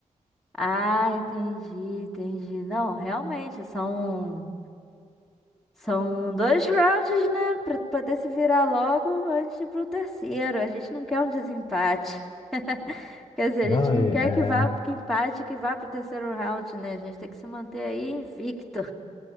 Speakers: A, in the centre; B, on the left.
A: Ah, entendi, entendi. Não, realmente, são, são dois rounds, né? Pra tu poder se virar logo antes de ir pro terceiro. A gente não quer um desempate. <laughs> Quer dizer,
B: Não,
A: a gente não
B: e,
A: quer
B: é,
A: que vá, que empate, que vá pro terceiro round, né? A gente tem que se manter aí invicto.